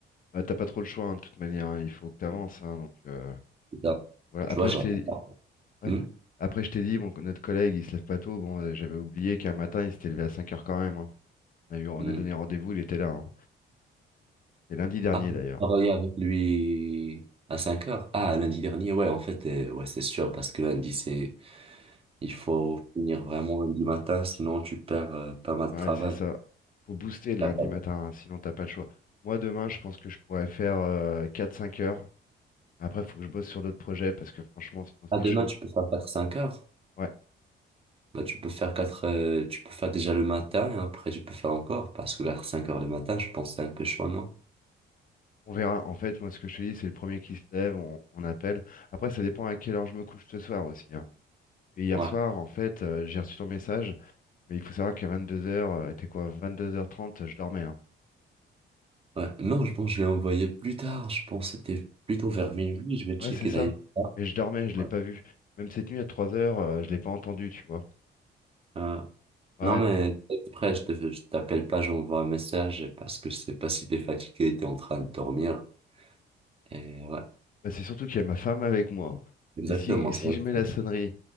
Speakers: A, on the left; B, on the right.
A: Bah, t'as pas trop le choix, hein, de toute manière, hein, il faut que t'avances, hein, donc euh,
B: C'est ça.
A: voilà.
B: Tu
A: Après,
B: vois, je
A: je
B: regarde
A: t'ai,
B: pas.
A: ouais.
B: Hmm
A: Après, je t'ai dit, bon, que notre collègue il se lève pas tôt, bon, euh, j'avais oublié qu'un matin il s'était levé à cinq heures quand même, hein. On a eu, on
B: Hmm.
A: a donné rendez-vous, il était là, hein. C'est lundi dernier
B: Ah, j'ai
A: d'ailleurs.
B: travaillé avec lui à 5 heures. Ah, lundi dernier, ouais, en fait, euh, ouais, c'est sûr, parce que lundi, c'est, il faut finir vraiment lundi matin, sinon tu perds euh, pas mal de
A: Ouais,
B: travail.
A: c'est ça. Faut booster le
B: Ah,
A: lundi
B: bah,
A: matin, hein, sinon t'as pas le choix. Moi demain, je pense que je pourrais faire euh, 4-5 heures. Après, faut que je bosse sur d'autres projets parce que franchement, sinon
B: ah,
A: c'est
B: demain,
A: chaud.
B: tu peux faire 5 heures.
A: Ouais,
B: Bah, tu peux faire quatre, euh, tu peux faire déjà le matin et après tu peux faire encore parce que vers 5 heures du matin, je pense que c'est un peu chaud, non?
A: on verra. En fait, moi ce que je te dis, c'est le premier qui se lève, on, on appelle. Après, ça dépend à quelle heure je me couche ce soir aussi. hein. Et hier
B: Ouais,
A: soir, en fait, euh, j'ai reçu ton message, mais il faut savoir qu'à 22h, euh, était quoi, vingt-deux heures trente je dormais. hein.
B: ouais. Non, je pense que je l'ai envoyé plus tard. Je pense que c'était plutôt vers
A: Bah,
B: minuit. Je vais checker
A: Ouais, c'est ça.
B: d'ailleurs. Ouais.
A: Mais je dormais, je
B: ouais.
A: l'ai pas vu. Même cette nuit à 3h, je l'ai pas entendu, tu vois.
B: Euh,
A: Ouais,
B: non, mais
A: ouais.
B: après, je te, je t'appelle pas, j'envoie un message parce que je sais pas si t'es fatigué, t'es en train de dormir. Et ouais,
A: Bah, c'est surtout qu'il y a ma femme avec moi.
B: exactement,
A: Et si, si
B: ça aussi.
A: je mets la sonnerie,